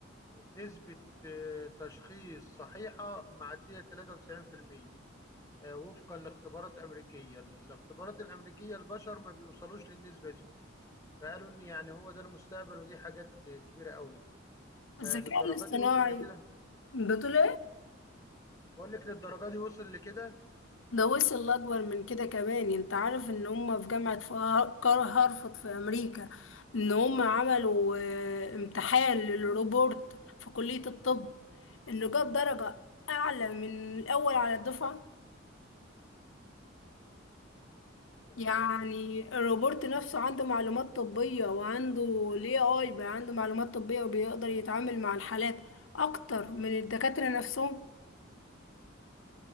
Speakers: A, on the left; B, on the left.
A: وبنسبة آه، تشخيص صحيحة معدية 93% آه، وفقا لاختبارات أمريكية الاختبارات الأمريكية البشر ما بيوصلوش للنسبة دي فقالوا إن يعني هو ده المستقبل ودي حاجات كبيرة قوي فللدرجه
B: الذكاء الاصطناعي
A: دي وصل لكده
B: بطول
A: بقول لك للدرجه دي وصل لكده
B: ده وصل لأكبر من كده كمان يعني انت عارف ان هم في جامعة ف- هار- هارفارد في امريكا ان هم عملوا آه، امتحان للروبورت في كلية الطب انه جاب درجة اعلى من الاول على الدفعة
A: تمام
B: يعني الروبورت نفسه عنده معلومات طبية وعنده ال AI بقى عنده معلومات طبية وبيقدر يتعامل مع الحالات اكتر من الدكاترة نفسهم